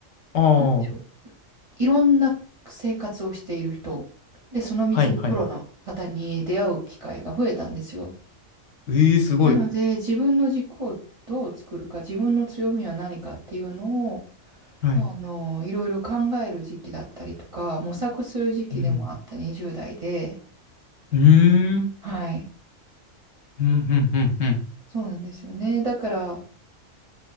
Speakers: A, on the left; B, on the right.
A: あー、
B: なんでしょういろんな生活をしている人、で、その道のプロの方に出会う機会が増えたんですよ。
A: はいはい。ええすごい。
B: なので、自分の軸をどう作るか、自分の強みは何かっていうのを、
A: はい。
B: あの、いろいろ考える時期だったりとか、模索する時期でもあった20代で、
A: うん。うーん。
B: はい、
A: うん、うん、うん、うん。
B: そうなんですよね。だから、